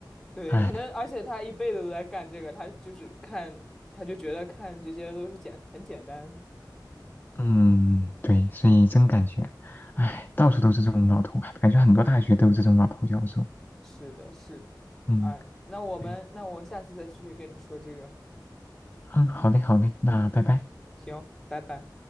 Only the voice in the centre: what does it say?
对，
可能而且他一辈子都在干这个，他就是看，他就觉得看这些都是简很简单。
是的，是的。
哎，那我们那我下次再继续跟你说这个。
行，拜拜。